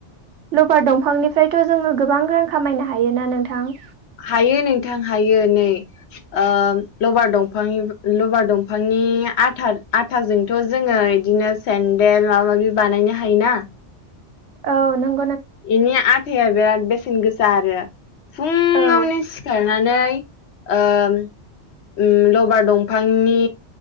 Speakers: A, on the right; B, on the left.
A: लभार दंफांनिफ्रायथ' जोङो गोबां रां खामायनो हायोना नोंथां
B: हायो नोंथां हायो नै ओ लबार दं फांनि लबार दंफांनि आथा आथाजोंथ' जोङो इदिनो सेन्देल माबा माबि बानायनो हायोना
A: औ नों
B: इनि आथाया बिराद बेसेन गोसा आरो फुंआवनो
A: औ
B: सिखारनानै ओम उम लबार दंफांनि